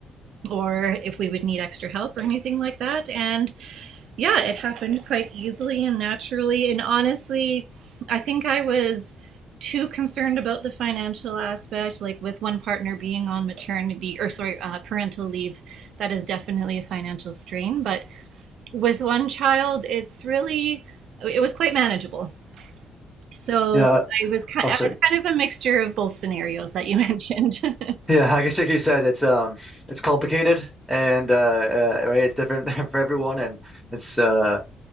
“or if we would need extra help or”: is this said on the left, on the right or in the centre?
Right